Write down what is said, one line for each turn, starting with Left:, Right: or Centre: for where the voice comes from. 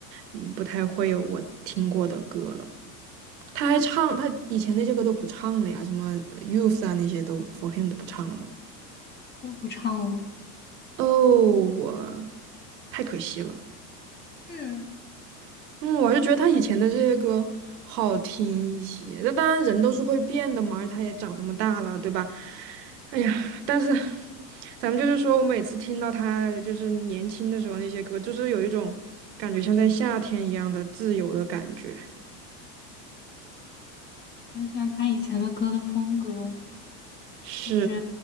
Right: 嗯不太会有我听过的歌了。他还唱，他以前那些歌都不唱了呀，什么呃 Youth 啊那些都 For Him 都不唱了吗？
Left: 都不唱了。
Right: 哦，我太可惜了。
Left: 是，
Right: 嗯，我还是觉得他以前的这些歌好听一些。那当然，人都是会变的嘛，而他也长这么大了，对吧？哎呀，但是咱们就是说，我每次听到他就是年轻的时候那些歌，就是有一种感觉像在夏天一样的自由的感觉。
Left: 很喜欢他以前的歌的风格，
Right: 是，
Left: 感觉